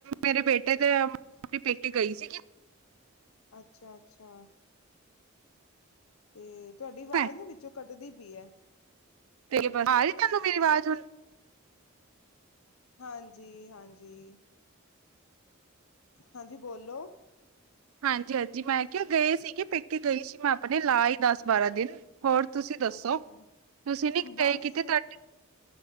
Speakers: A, on the right; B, on the left.
A: ਮੇਰੇ ਬੇਟੇ ਦੇ ਆਪਣੇ ਪੇਕੇੇ ਗਈ ਸੀਗੀ।
B: ਅੱਛਾ ਅੱਛਾ ਇਹ ਤੁਹਾਡੀ ਆਵਾਜ਼
A: ਮੈਂ
B: ਨਾ ਵਿੱਚੋਂ ਕੱਟਦੀ ਪਈ ਹੈ।
A: ਤੇ ਬਸ ਆ ਰਹੀ ਤੁਹਾਨੂੰ ਮੇਰੀ ਆਵਾਜ਼ ਹੁਣ।
B: ਹਾਂਜੀ ਹਾਂਜੀ। ਹਾਂਜੀ ਬੋਲੋ
A: ਹਾਂਜੀ ਹਾਂਜੀ ਮੈਂ ਕਿਹਾ ਗਏ ਸੀਗੇ ਪੇਕੇ ਗਈ ਸੀ ਮੈਂ ਆਪਣੇ ਲਾ ਆਈ ਦਸ ਬਾਰਾਂ ਦਿਨ ਹੋਰ। ਤੁਸੀਂ ਦੱਸੋ
B: ਅੱਛਾ
A: ਤੁਸੀਂ ਨੀ ਗਏ
B: ਬਸ
A: ਕਿਤੇ ਤੁਹਾਡੇ।